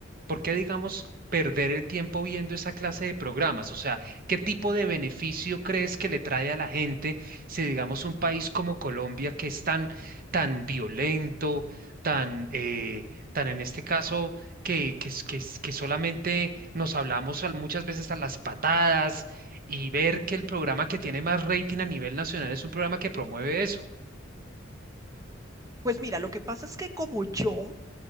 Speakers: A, on the right; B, on the right.
A: por qué, digamos, perder el tiempo viendo esa clase de programas? O sea, ¿qué tipo de beneficio crees que le trae a la gente si, digamos, un país como Colombia, que es tan, tan violento, tan, eh, tan en este caso, que, que, es- que, es- que solamente nos hablamos al- muchas veces a las patadas y ver que el programa que tiene más rating a nivel nacional es un programa que promueve eso?
B: Pues mira, lo que pasa es que como yo,